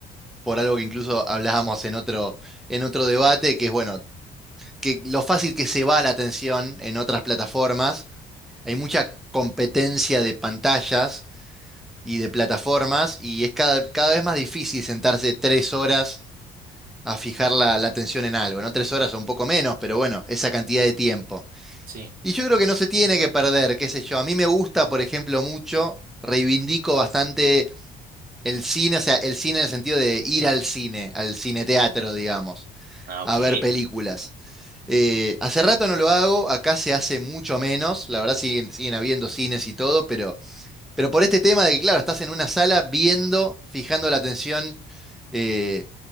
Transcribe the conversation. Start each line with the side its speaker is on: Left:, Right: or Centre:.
Centre: por algo que incluso hablábamos en otro, en otro debate, que es bueno, que lo fácil que se va la atención en otras plataformas. Hay mucha competencia de pantallas y de plataformas, y es cada, cada vez más difícil sentarse tres horas a fijar la, la atención en algo, ¿no? Tres horas o un poco menos, pero bueno, esa cantidad de tiempo.
Right: Sí.
Centre: Y yo creo que no se tiene que perder, qué sé yo. A mí me gusta, por ejemplo, mucho, reivindico bastante el cine, o sea, el cine en el sentido de ir al cine, al cineteatro, digamos,
Right: Ah, ok.
Centre: a ver películas. Eh, hace rato no lo hago, acá se hace mucho menos, la verdad siguen, siguen habiendo cines y todo, pero pero por este tema de que, claro, estás en una sala viendo, fijando la atención eh,